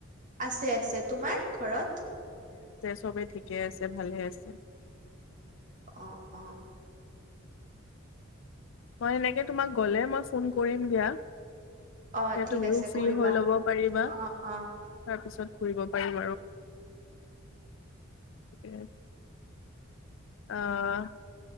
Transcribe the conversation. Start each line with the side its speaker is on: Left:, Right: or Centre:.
Right: আছে আছে তোমাৰ ঘৰত?
Left: চবেই ঠিকে আছে ভালে আছে।
Right: অ', অ'।
Left: মই এনেকে তোমাক গ'লে মই ফোন কৰিম দিয়া।
Right: অ'
Left: তে
Right: ঠিক
Left: তুমিও
Right: আছে।
Left: ফ্ৰী
Right: কৰিবা
Left: হৈ ল'ব পাৰিবা।
Right: অ' অ'
Left: তাৰ পিছত ঘুৰিব পাৰিম সে আহ